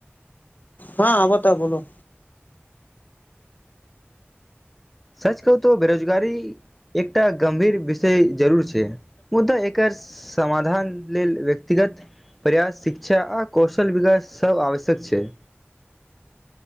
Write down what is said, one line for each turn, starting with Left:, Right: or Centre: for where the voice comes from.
Left: हँ आबता बोलो।
Centre: सच कहू तो बेरोजगारी एकटा गम्भीर विषय जरूर छै मुदा एकर समाधान लेल व्यक्तिगत प्रयास, शिक्षा आ कौशल विकास सभ आवश्यक छै।